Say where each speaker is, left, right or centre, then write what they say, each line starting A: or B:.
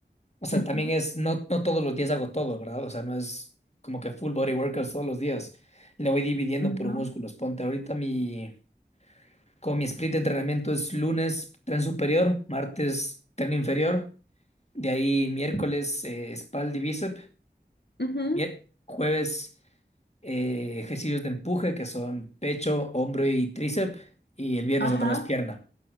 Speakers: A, on the left; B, on the left.
A: O sea,
B: Ujú,
A: también es, no, no todos los días hago todo, ¿verdad? O sea, no es como que full body workouts todos los días. Le voy dividiendo
B: ujú,
A: por músculos. Ponte ahorita mi, como mi split de entrenamiento es lunes tren superior, martes tren inferior, de ahí miércoles eh, espalda y bíceps.
B: ujú.
A: Mier- Jueves, eh, ejercicios de empuje que son pecho, hombro y tríceps. Y el viernes
B: Ajá.
A: otra vez pierna.